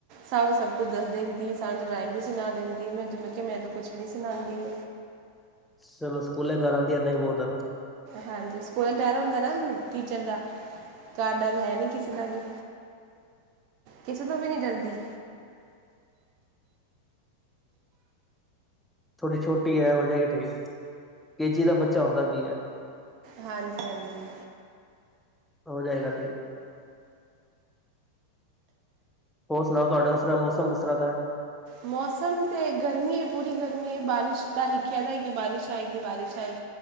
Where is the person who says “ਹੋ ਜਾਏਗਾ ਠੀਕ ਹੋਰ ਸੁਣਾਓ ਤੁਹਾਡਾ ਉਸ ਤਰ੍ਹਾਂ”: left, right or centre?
Centre